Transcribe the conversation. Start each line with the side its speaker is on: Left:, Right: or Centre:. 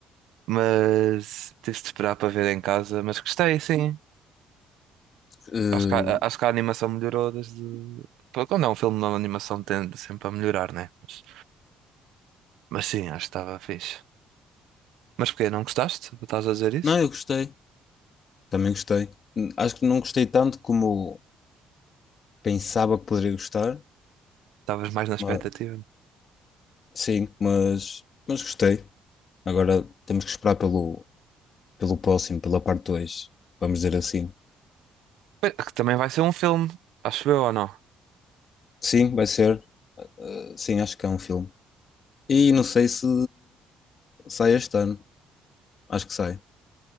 Right: Mas tive de esperar para ver em casa. Mas gostei, sim.
Left: Eh,
Right: Acho que a, acho que a animação melhorou desde. Pô, Quando é um filme, uma animação tende sempre a melhorar, né? Mas, mas sim, acho que estava fixe. Mas porquê? Não gostaste? Estás a dizer isso?
Left: não, eu gostei. Também gostei. Hum, Acho que não gostei tanto como pensava que poderia gostar.
Right: Estavas mais na
Left: mas-
Right: expectativa.
Left: sim, mas, mas gostei. Agora temos que esperar pelo, pelo próximo, pela parte dois Vamos dizer assim.
Right: Pois, Que também vai ser um filme, acho eu ou não?
Left: Sim, vai ser. Eh, sim, acho que é um filme. E não sei se sai este ano. Acho que sai.